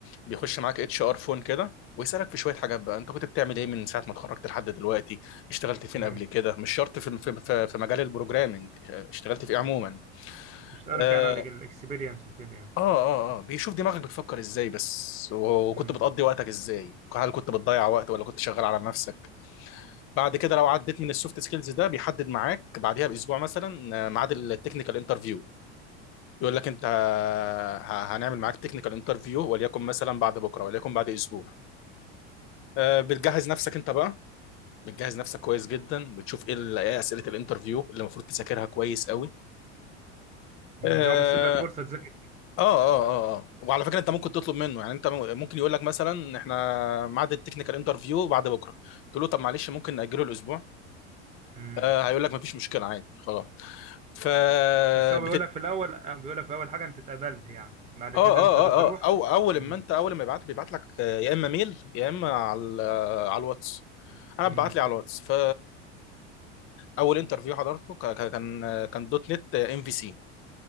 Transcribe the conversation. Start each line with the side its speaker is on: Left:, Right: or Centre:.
Left: بيخش معاك اتش ار فون كده ويسالك في شويه حاجات بقى انت كنت بتعمل ايه من ساعه ما اتخرجت لحد دلوقتي اشتغلت فين
Right: امم
Left: قبل كده مش شرط في في في في مجال البروجرامنج اشتغلت في ايه عموما
Right: مش سألك
Left: اه
Right: يعني عن الاكسبيرينس وكده يعني
Left: اه اه آه. بيشوف دماغك بتفكر ازاي بس و- وكنت
Right: امم
Left: بتقضي وقتك ازاي هل كنت بتضيع وقت ولا كنت شغال على نفسك بعد كده لو عديت من السوفت سكيلز ده بيحدد معاك بعديها باسبوع مثلا آه، ميعاد التكنيكال انترفيو يقول لك انت ه- هنعمل معاك تكنيكال انترفيو وليكن مثلا بعد بكره وليكن بعد اسبوع آه، بتجهز نفسك انت بقى بتجهز نفسك كويس جدا بتشوف ايه ال- إيه اسئله الانترفيو اللي المفروض تذاكرها كويس قوي
Right: امم
Left: اه
Right: هو بيسيب لك فرصه
Left: اه
Right: تذاكر
Left: اه اه آه. وعلى فكره انت ممكن تطلب منه يعني انت ممكن يقول لك مثلا احنا ميعاد التكنيكال انترفيو بعد بكره تقول له طب معلش ممكن ناجله الاسبوع
Right: امم
Left: آه هيقول لك مفيش مشكله عادي خلاص ف
Right: بس هو بيقول
Left: بتد...
Right: لك في الاول آه، بيقول لك في اول حاجه انت اتقبلت يعني بعد
Left: اه
Right: كده
Left: اه
Right: انت بتروح
Left: اه اه او اول
Right: مم.
Left: ما انت اول ما يبعت بيبعت لك آه، يا اما ميل يا اما على على الواتس انا
Right: مم.
Left: ببعت لي على الواتس ف اول انترفيو حضرته ك- ك- كان كان دوت نت ام في سي